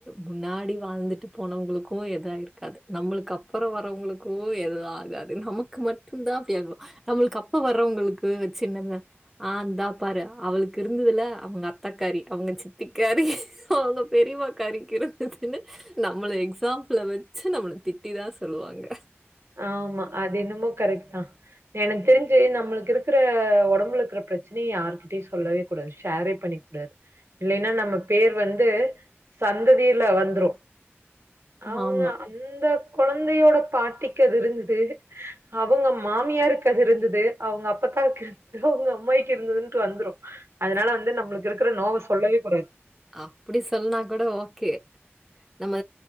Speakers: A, in the centre; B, on the right (about 70°).
A: முன்னாடி வாழ்ந்துட்டு போனவங்ளுக்கு எதா இருக்காது நம்ளுக்கு அப்றோ வரவங்ளுக்கு எதுவு ஆகாது நமக்கு மட்டுதா அப்டி ஆகு நம்ளுக்கு அப்ப வர்றவங்ளுக்கு வச்சு என்னத்த ஆந்தா இந்தா பாரு அவளுக்கு இருந்துதுல அவுங்க அத்தக்காரி அவுங்க சித்தி காறி அவுங்க பெரிம்மா காரிக்கு இருந்து துன்னு நம்ள எக்ஸாம்ப்ள வச்சு நம்மள திட்டிதா சொல்லுவாங்க
B: ஆமா அது என்னமோ கரெக்ட்தா எனக்கு தெரிஞ்சு நம்ளுக்கு இருக்ற ஒடம்புல இருக்ற பிரச்சனைய யார்கிட்டயு சொல்லவே கூடாது ஷேரே பண்ணிக்க கூடாது இல்லைன்னா நம்ம பேர் வந்து சந்ததியில வந்ரு அவங்க
A: ஆமா
B: அந்த கொழந்தையோட பாட்டிக்கு அது இருந்துது அவுங்க மாமியாருக்கு அது இருந்துது அவுங்க அப்பதாக்கு இருந்துது அவுங்க அம்மாய்கு இருந்துதுன்ட்டு வந்ரு அதனால வந்து நம்ளுக்கு இருக்ற நோவ சொல்லவே கூடாது
A: அப்டி சொல்னா கூட ஓகே நம்ம